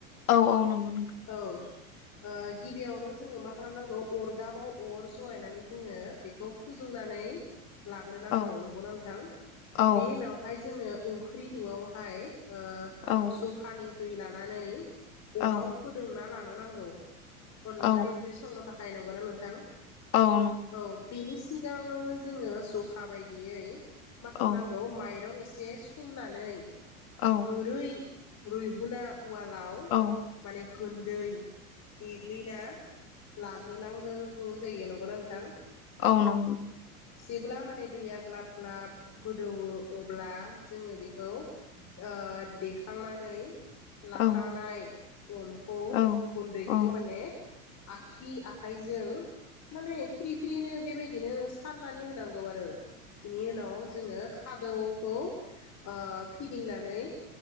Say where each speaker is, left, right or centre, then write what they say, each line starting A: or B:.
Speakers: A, on the left (about 70°); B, on the left (about 40°).
A: औ औ नंगौ नंगौ।
B: औ ओ गिबियावनो जोङो मा खालामनांगौ अरदाबाव अर जरायनानै जोङो बेखौ फोजुंना नानै लाग्रोनांगौ
A: औ
B: नंगौना नोंथां?
A: औ
B: बेनि उनावहाय जोङो ओंख्रुइ द'आवहाय ओ
A: औ
B: ज'खानि दै लानानै
A: औ
B: अराव फोदोंना लानो नांगौ। अनला
A: औ
B: खारि ओंख्रि संनो थाखाय नंगौना नोंथां?
A: औ नों
B: औ बेनि सिगाङावनो जोङो जखा बायदियै मा खामनांगौ
A: औ
B: माइ रं एसे सुंनानै
A: औ
B: गोरै रुइहुना उवालाव
A: औ
B: माने गोन्दै देग्लैना लाग्रोनांगो गौ जायो नंगौ ना नोंथां?
A: औ नंगौ।
B: जेबोला माने दैया ग्लाब ग्लाब गोदौ अब्ला जोङो बेखौ ओ देखांनानै लाखानाय
A: औ
B: अनखौ
A: औ
B: गुन्दैखौ माने आखि आखाइजों माने फ्रि फ्रिनो बेबाय बिदिनो सारनानै होनांगौ आरो बिनि उनाव जोङो खादौखौ ओ फिदिंनानै